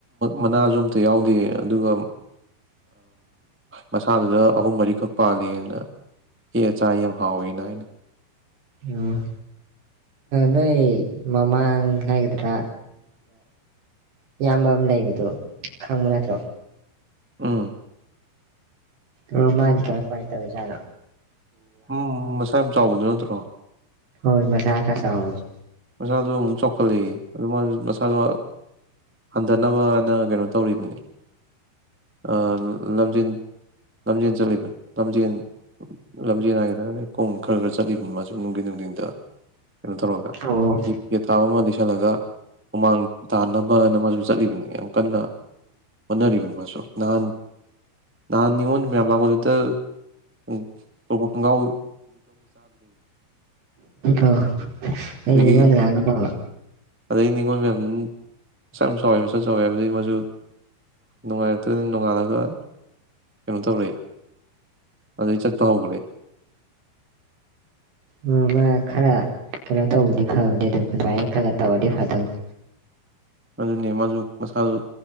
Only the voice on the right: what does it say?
ꯎꯝ ꯅꯣꯏ ꯃꯃꯥꯡ ꯍꯥꯏꯒꯗ꯭ꯔꯥ ꯏꯌꯥꯝꯕ ꯑꯃ ꯂꯩꯕꯗꯣ ꯈꯪꯕ ꯅꯠꯇ꯭ꯔꯣ
ꯔꯣ ꯃꯥꯗꯤ ꯀꯃꯥꯏ ꯀꯃꯥꯏ ꯇꯧꯔꯤꯖꯅꯣ
ꯍꯣꯏ ꯃꯁꯥ ꯈꯔꯥ ꯆꯥꯎꯕꯥꯗꯨ
ꯑꯣ
ꯑꯣ ꯑꯩ
ꯅꯤꯡꯉꯣꯟ ꯉꯥꯡ <inaudible>
ꯎꯝ ꯃꯥ ꯈꯔꯥ ꯀꯩꯅꯣ ꯇꯧꯕꯗꯤ ꯐꯕꯅꯦ ꯑꯗꯨ ꯑꯗꯨꯃꯥꯏꯅ ꯈꯔꯒ ꯇꯧꯔꯗꯤ ꯐꯗꯧꯅꯤ